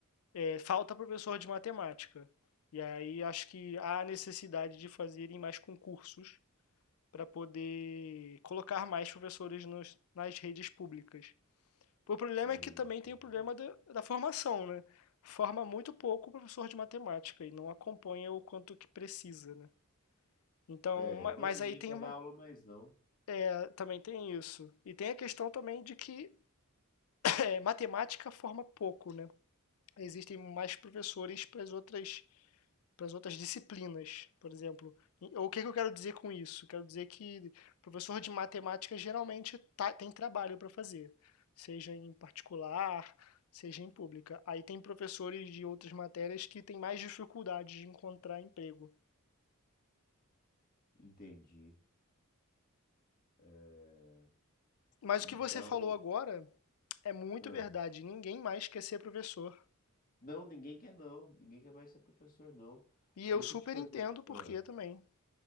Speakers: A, on the left; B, on the left.
A: é, falta professor de matemática. E aí acho que há a necessidade de fazerem mais concursos para poder colocar mais professores nos- nas redes públicas. O problema
B: Ah,
A: é que também
B: entendi.
A: tem o problema da, da formação, né? Forma muito pouco o professor de matemática e não acompanha o quanto que precisa, né? Então,
B: É, não,
A: mas
B: ninguém
A: aí tem
B: quer
A: uma,
B: dar aula mais, não.
A: é, também tem isso. E tem a questão também de que é, matemática forma pouco, né? existem mais professores para as outras, para as outras disciplinas, por exemplo. E- O que que eu quero dizer com isso? Quero dizer que professor de matemática geralmente tá- tem trabalho para fazer, seja em particular, seja em pública. Aí tem professores de outras matérias que têm mais dificuldade de encontrar emprego.
B: Entendi. É,
A: Mas
B: então,
A: o que você falou agora é muito
B: ah,
A: verdade. Ninguém mais quer ser professor.
B: não, ninguém quer não. Ninguém quer mais ser professor, não.
A: E eu
B: Deixa
A: super
B: eu te fazer.
A: entendo por
B: ah.
A: que também.